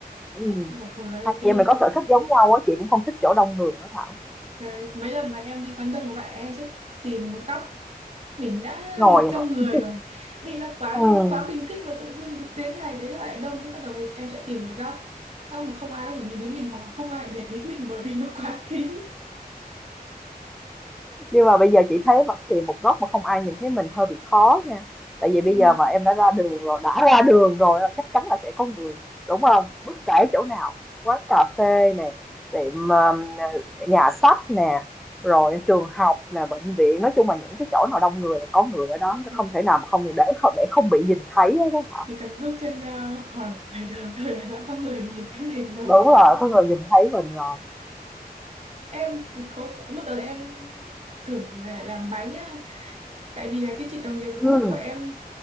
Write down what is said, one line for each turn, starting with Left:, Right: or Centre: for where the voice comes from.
Centre: Ừ.
Right: thích vừa vừa ấy
Centre: hai chị
Right: đi
Centre: em mình có sở thích giống nhau á chị cũng không thích chỗ đông người đó
Right: rồi mấy lần mà em đi quán đông lại em sẽ tìm một góc mình đã
Centre: Ngồi
Right: mệt trong
Centre: à?
Right: người rồi đi ra quán
Centre: Ừm,
Right: đúng quán mình thích mà tự dưng đụng đến ngày đấy nó lại đông thế bắt đầu thì em sẽ tìm một góc không, mà không ai có thể nhìn đến mình hoặc là không ai để ý đến mình bởi vì nó quá kín
Centre: nhưng mà bây giờ chị thấy mà tìm một góc mà không ai nhìn thấy mình hơi bị khó nha. Tại vì bây
Right: <laughs> đúng,
Centre: giờ mà em đã ra đường rồi, đã ra đường rồi là chắc chắn là sẽ có người, đúng không? Bất kể chỗ nào, quán cà phê nè, tiệm ờm, nhà sách nè, rồi trường học nè, bệnh viện, nói chung là những cái chỗ nào đông người là có người ở đó,
Right: đúng.
Centre: không thể nào mà không để không để không bị nhìn thấy hết đó hả?
Right: Chỉ cần bước chân ra khỏi ngoài đường thôi là đã có người nhìn thấy mình rồi.
Centre: Đúng rồi, có người nhìn thấy mình rồi.
Right: Em thì có có một đợt em thử là làm bánh á. Tại vì là cái chị đồng nghiệp
Centre: Ừ.
Right: cũ của em